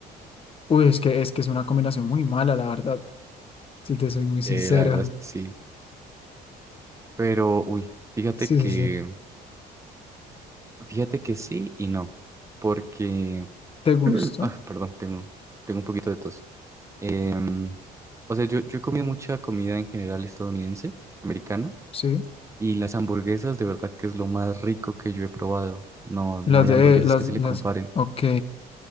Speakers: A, on the left (about 35°); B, on the right (about 15°).
A: Uy, es que, es que es una combinación muy mala, la verdad, si te soy muy sincera
B: Eh, la verdad es que sí. Pero, uy, fíjate
A: Sí,
B: que...
A: sí, sí.
B: Fíjate que sí y no, porque...
A: ¿Te gusta?
B: <clears throat> Ah, perdón, tengo, tengo un poquito de tos. Em, o sea, yo, yo he comido mucha comida en general estadounidense, americana.
A: Sí.
B: Y las hamburguesas, de verdad que es lo más rico que yo he probado. No, no
A: Las
B: hay
A: de,
B: hamburguesas
A: las,
B: que se le
A: las,
B: comparen.
A: ok,